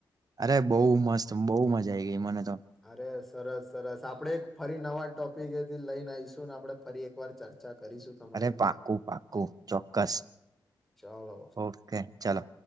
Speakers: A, on the right (about 50°); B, in the centre.
A: અરે બહુ મસ્ત બહુ મજા આઈ ગઈ મને તો
B: અરે સરસ સરસ આપણેે એક ફરી નવા ટોપિક એથી લઈને આઈશું ને આપણે ફરી એકવાર ચર્ચા કરીશું તમારી
A: અરે
B: જોડે
A: પાકું પાકું ચોક્કસ.
B: ચાલો
A: ઓકે ચલો.